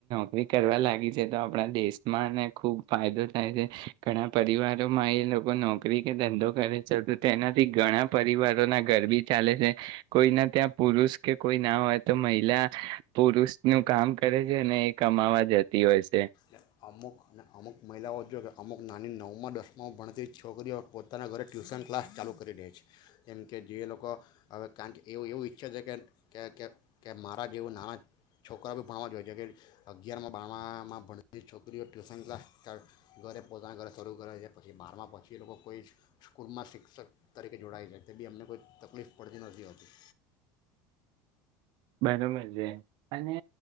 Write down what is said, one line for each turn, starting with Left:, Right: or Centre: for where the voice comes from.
Right: નોરી કરવા લાગી છે તો આપણા દેશમાંને ખુબ ફાયદો થાય છે ઘણા પરિવારોમાં એ લોકો નોકરી કે ધંધો કરે છે તો તેનાથી ઘણા પરિવારો ના ગરબી ચાલે છે કોઈને ત્યાં પુરુષ કે કોઈ ના હોય તો મહિલા પુરુષ નું કામ કરે છે અને એ કમાવા જતી હોય છે
Left: એટલે અમુક અને અમુક મહિલાઓ જો કે અમુક નાની નવમાં દસમાંમાં ભણતી છોકરીઓ પોતાના ઘરે ટ્યુશન ક્લાસ ચાલુ કરી દે છે જેમકે જે લોકો હવે કારણ કે એવું એવું ઈચ્છે છે કે કે મારા જેવું નાના છોકરા બી ભણવા જોઈએ છે કે અગિયારમાં બારમાં ભણ પછી છોકરીઓ ટ્યુશન ક્લાસ ઘરે પોતાના ઘરે શરૂ કરે છે પછી બહારમાં પછી એ લોકો કોઈ સ્કૂલમાં શિક્ષક તરીકે જોડાય છે તે બી અમને કોઈ તકલીફ પડતી નથી હોતી
Right: બરોબર છે અને